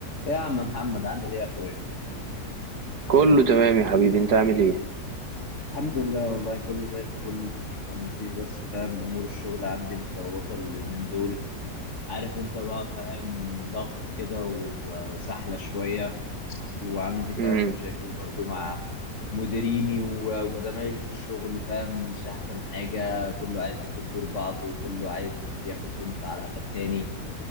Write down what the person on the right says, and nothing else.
كله تمام يا حبيبي انت عامل ايه
امم